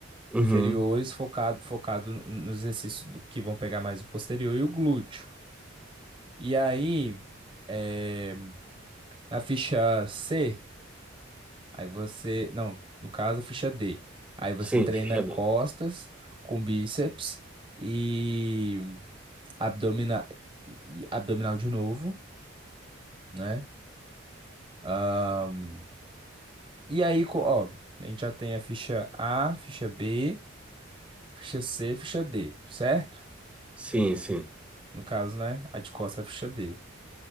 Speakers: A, in the centre; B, on the right.
A: uhum.
B: inferiores focado, focado no- nos exercícios do- que vão pegar mais o posterior e o glúteo. E aí, eh, na ficha C, aí você, não, no caso, a ficha D, aí você
A: Sim,
B: treina
A: ficha
B: costas
A: dez.
B: com bíceps e abdominal, e abdominal de novo, né? Ahn, e aí, co- ó, a gente já tem a ficha A, ficha B, ficha C, ficha D, certo?
A: Sim, sim.
B: No caso, né? A de costas é a ficha D.